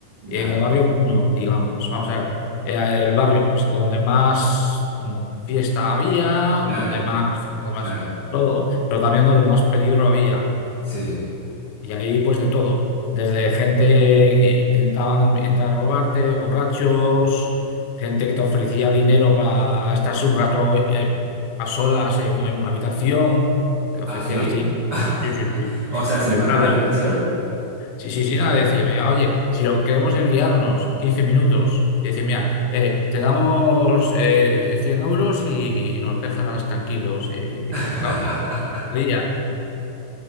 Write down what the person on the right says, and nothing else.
ya,
claro,
claro,
sí.
¿Ah,
sí?
<laughs>
O
sea, sin
pagar
la
habitación.
<laughs>